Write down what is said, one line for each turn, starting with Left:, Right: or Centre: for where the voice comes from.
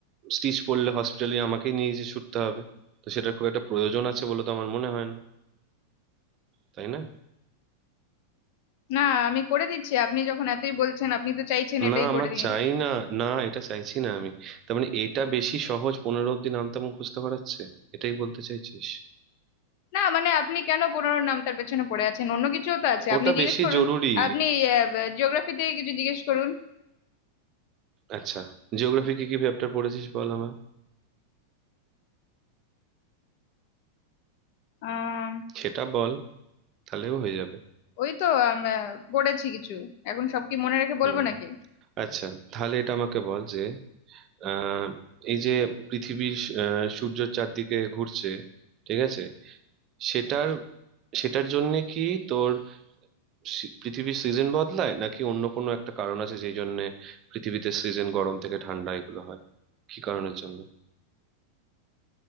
Right: স্টিচ পড়লে হসপিটালে আমাকেই নিয়ে গিয়ে ছুটতে হবে তো সেটা খুব একটা প্রয়োজন আছে বলে তো আমার মনে হয় না তাই না
Left: না আমি করে দিচ্ছি আপনি যখন এতই বলছেন আপনি তো চাইছেন এটাই
Right: না আমার
Left: করে দিই
Right: চাই না না এটা চাইছি না আমি তার মানে এটা বেশি সহজ পনেরো অব্দি নামতে মুখস্থ করাচ্ছে এটাই বলতে চাইছিস
Left: না মানে আপনি কেন পুরোনো নামটার পেছনে পড়ে আছেন অন্য কিছুও তো আছে
Right: ওটা
Left: আপনি জিজ্ঞেস
Right: বেশি
Left: করুন
Right: জরুরি
Left: আপনি জিওগ্রাফি থেকে কিছু জিজ্ঞেস করুন
Right: আচ্ছা জিওগ্রাফি কি কি চ্যাপ্টার পড়েছিস বল আমার
Left: আহ
Right: সেটা বল তাহলেও হয়ে যাবে
Left: ওই তো আম, আহ, পড়েছি কিছু এখন সব কি মনে রেখে বলবো
Right: হুম
Left: নাকি
Right: আচ্ছা তাহলে এটা আমাকে বল যে আহ, এই যে পৃথিবীর আহ, সূর্যের চারদিকে ঘুরছে ঠিক আছে সেটার সেটার জন্যে কি তোর সি- পৃথিবীর সিজন বদলায় নাকি অন্য কোনো একটা কারণ আছে যেই জন্যে পৃথিবীতে সিজন গরম থেকে ঠান্ডা এগুলো হয় কি কারণের জন্য